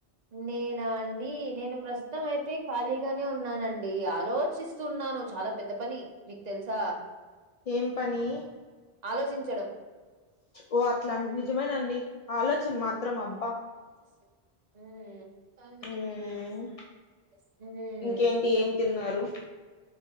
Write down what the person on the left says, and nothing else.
ఏం పని
ఓ అట్లా నిజమేనండి ఆలోచన మాత్రం అబ్బా
ఉమ్ ఇంకేంటి ఏం తిన్నారు